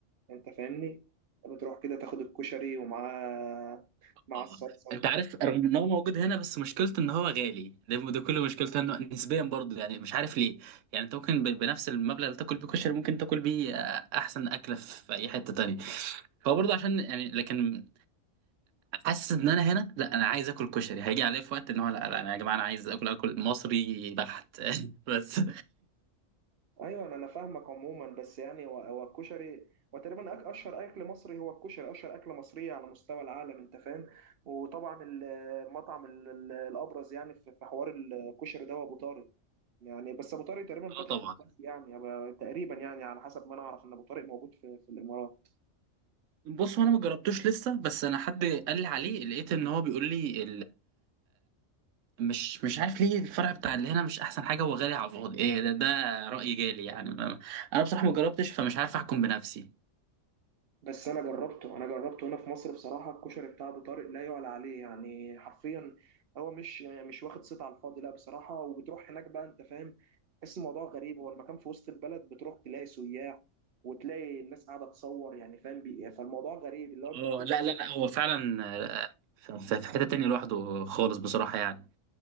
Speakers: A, on the right; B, on the right.
A: انت فاهمني بتروح كده تاخد الكشري ومعاه مع
B: اه
A: الصلصه
B: انت عارف رغم ان هو موجود هنا بس مشكلته ان هو غالي ده ده كل مشكلته انه نسبيا برضه يعني مش عارف ليه يعني انت ممكن ب- بنفس المبلغ اللي تاكل بيه كشري ممكن تاكل بيه آه، احسن اكله في اي حته تانية هو برضه عشان يعني لكن حاسس ان انا هنا لا انا عايز اكل كشري هيجي عليا في وقت ان هو لا, لا انا يا جماعه انا عايز اكل اكل مصري بحت <laughs> بس
A: ايوه انا فاهمك عموما بس يعني هو هو الكشري وتقريبا أك- اشهر اكل مصري هو الكشري اشهر اكله مصريه على مستوى العالم انت فاهم وطبعا ال- المطعم ال- ال- الابرز يعني في في حوار الكشري ده هو ابو طارق يعني بس ابو طارق تقريبا
B: اه
A: فاتح
B: طبعا
A: في دبي يعني أبقى- تقريبا يعني على حسب ما انا اعرف ان ابو طارق موجود في في الامارات
B: بص هو انا ما جربتوش لسه بس انا حد قال لي عليه لقيت ان هو بيقول لي مش مش عارف ليه الفرع بتاع اللي هنا مش احسن حاجه وغالي على الفاضي ايه ده ده راي جالي يعني ما- انا بصراحه ما جربتش فمش عارف احكم بنفسي
A: بس انا جربته انا جربته هنا في مصر بصراحه الكشري بتاع ابو طارق لا يعلى عليه يعني حرفيا هو مش مش واخد صيت على الفاضي لا بصراحه وبتروح هناك بقى انت فاهم تحس الموضوع غريب هو المكان في وسط البلد بتروح تلاقي سياح وتلاقي الناس قاعده تصور يعني فاهم بي... فالموضوع غريب اللي هو انت
B: اه لا لا لا هو فعلا آه، في في- في حته تانية لوحده خالص بصراحه يعني